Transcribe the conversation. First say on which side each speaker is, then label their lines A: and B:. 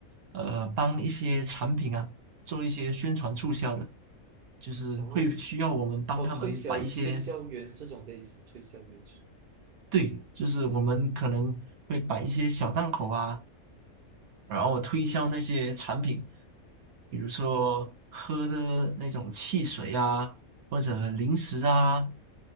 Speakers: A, on the right (about 80°); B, on the right (about 45°).
A: 呃，帮一些产品啊。做一些宣传促销的，就是会需要我们帮他们摆一些，
B: 哦，哦，推销推销员这种类似推销员是吧？
A: 对，就是我们可能会摆一些小档口啊，然后推销那些产品，比如说喝的那种汽水啊，或者零食啊，